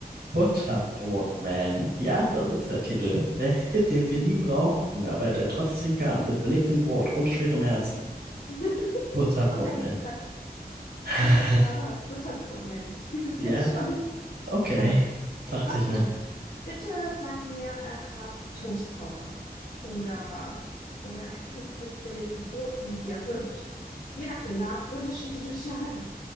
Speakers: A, on the right (about 75°); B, on the left (about 70°).
A: Butterbrotman. Ja, das ist der Titel. Der Held, den wir nie brauchten, aber der trotzdem kam, mit belegtem Brot und schwerem Herzen.
B: <laughs>
A: Butterbrotman.
B: Oh mein Gott,
A: <laughs>
B: oh mein Gott, Butterbrotman. Ich liebe es
A: Ja,
B: jetzt schon.
A: okay.
B: Also,
A: Dachte
B: was
A: ich
B: kann
A: mir.
B: er? Bitte sag mir, er hat Toastpower oder, oder er kämpft mit belegten Broten, die er wirft. Je nach Belag unterschiedlicher Schaden.